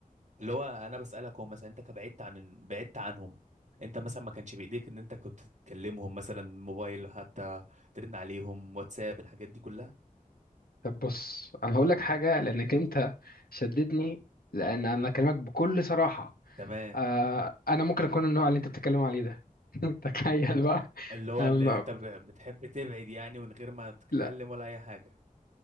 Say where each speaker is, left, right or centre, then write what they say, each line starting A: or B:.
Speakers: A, on the right; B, on the left.
A: اللي هو انا بسألك هو مثلا انت كبعدت عن بعدت عنهم انت مثلا ما كانش بايديك ان انت كنت تكلمهم مثلا موبايل حتى ترن عليهم واتساب الحاجات دي كلها
B: طب بص انا هقول لك حاجه لانك انت شدتني لان انا اكلمك بكل صراحه
A: تمام
B: آه انا ممكن اكون النوع اللي انت بتتكلم عليه ده <laughs> تخيل بقى
A: اللي هو
B: أنا
A: اللي
B: ما-
A: انت ب- بتحب تبعد يعني من غير ما تتكلم
B: لا،
A: ولا اي حاجة